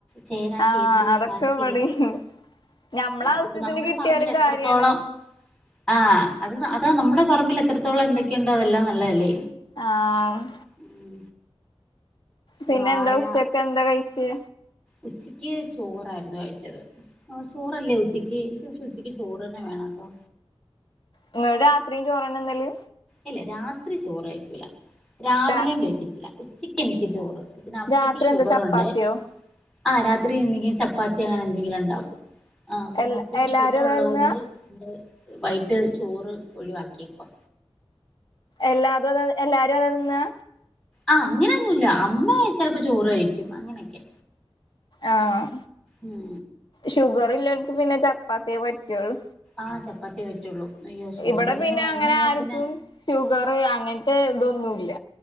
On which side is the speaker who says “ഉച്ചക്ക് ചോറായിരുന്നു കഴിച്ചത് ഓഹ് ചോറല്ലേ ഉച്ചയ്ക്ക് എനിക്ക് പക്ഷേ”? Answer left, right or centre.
Centre